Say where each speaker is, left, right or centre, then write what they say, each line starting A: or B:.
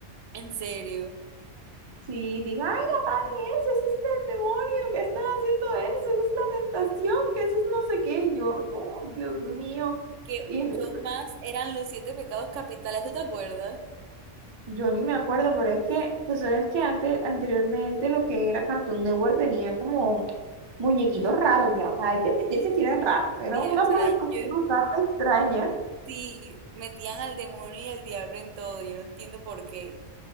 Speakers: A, on the right; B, on the right.
A: En serio.
B: Sí, digo, ay, apaguen eso, ese es el demonio que están haciendo eso, eso es una tentación, que eso es no sé qué. Y yo, no, Dios mío.
A: Y que
B: Y
A: un
B: no-
A: show más eran los siete pecados capitales, ¿tú te acuerdas?
B: yo ni me acuerdo, pero es que, tú sabes que antes, anteriormente lo que era Cartoon Network tenía como muñequitos raros ya. O sea, hay que admitir que sí eran raros, era
A: Sí,
B: una
A: o sea,
B: programación
A: yo,
B: bastante extraña.
A: Sí, metían al demonio y al diablo en todo, yo no entiendo por qué.